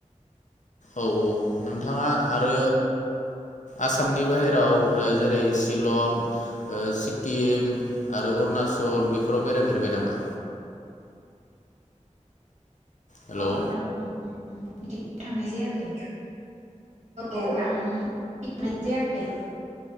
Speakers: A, on the left; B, on the right.
A: औ औ नोंथाङा आरो आसामनि बाहेराव जेरै शिलं सिक्किम आरो अरुनाचल बेफोराव बेरायफेरबाय नामा हेलौ
B: औ आं बिदि थांनाय जायाखै औ आं थांनाय जायाखै